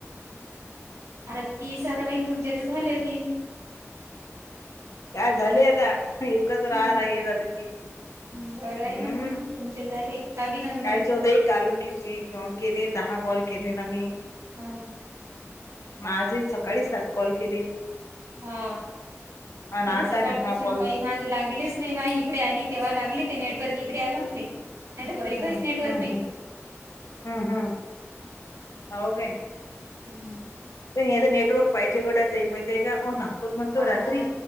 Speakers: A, on the right (about 80°); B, on the left (about 80°).
A: आता तीस ना बा तुमच्या तर झाले तीस.
B: काय झाले आता. एकच राहाला
A: ह
B: हे झालं की
A: बरं आहे
B: हम्म
A: ना मग तुमचे झाले अभिनंदन!
B: कायच होत काल किती केले दहा कॉल केले ना मी.
A: हां.
B: मगं आजही सकाळीच सात कॉल केले.
A: हा
B: आणि
A: मी
B: आता
A: तर सकाळपासून
B: हा कॉल
A: काही माझ लागलेच नाही माझ्या इकडे आली तेव्हा लागले ते नेटवर्क इकडे आले मले नाही तरं घरी काहीच
B: हम्म हम्म
A: नेटवर्क नाही.
B: हम्म हम्म! हम्म! हो काय.
A: हम्!
B: पण याच नेटवर्क पाहिजे घड्या त माहितीय आहे का ना आपण म्हणतो
A: हाव
B: रात्री.
A: ना.